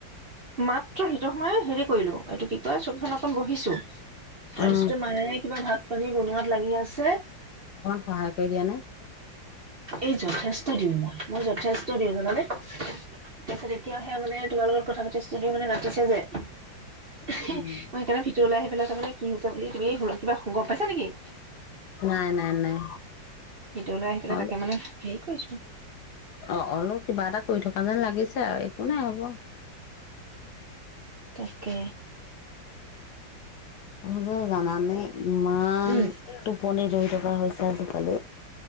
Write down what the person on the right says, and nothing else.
মাত্ৰ ভিতৰত সোমাই হেৰি কৰিলো এইটো কি কয় চকিখনত গহিছো তাৰপিছতে
মায়ে কিবা ভাত, পানী বনোৱাত লাগি আছে', -
এই যথেষ্ট দিওঁ মই, মই যথেষ্ট দিওঁ জানানে। তাৰপিছত এতিয়া সেয়া মানে তোমাৰ লগত কথা পাতিছ দি মানে মাতিছে যে, মই
হেইকাৰণ, '- লাই আহি পেলাই তাৰমানে কি হৈছে, ' বুলি তুমি হুলত কিবা গপ পাইছা নেকি?
ভিতৰলৈ আহি পেলাই
তাকে মানে হেৰি কৰিছো
তাকে
উম।